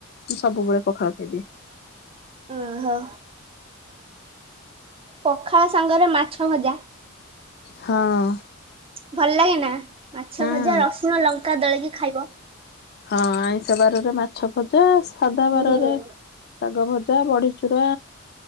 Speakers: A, on the left; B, on the right.
A: ମୁଁ ସବୁବେଳେ ପଖାଳ ଖାଇ ଦିଏ।
B: ଓ ହୋ ପଖାଳ ସାଙ୍ଗରେ ମାଛ ଭଜା।
A: ହଁ
B: ଭଲ ଲାଗେ ନା ମାଛ
A: ହୁଁ
B: ଭଜା ରସୁଣ ଲଙ୍କା ଦଳିକି ଖାଇବ
A: ହଁ ଆଇଁଷ ବାରରେ ମାଛ ଭଜା ସାଧା
B: ହୁଁ
A: ବାରରେ ଶାଗ ଭଜା ବଢ଼ିଚୁରା